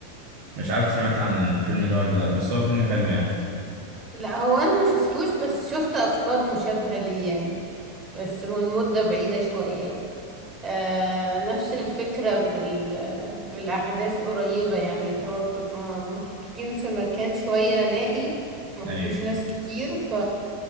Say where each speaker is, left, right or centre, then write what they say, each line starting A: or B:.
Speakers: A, on the right (about 50°); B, on the right (about 25°).
A: مش عارف سمعت عن الفيلم ده ولا لا بس هو فيلم حلو يعني
B: لا هو انا ما شفتوش بس شفت افكار مشابهة ليه يعني بس من مدة بعيدة شوية يعني آه نفس الفكرة بال... بالاحداث قريبة يعني اللي هو بتبقى م- محطوطين في مكان شوية نائي ما فيهوش
A: ايوه
B: ناس كتير ف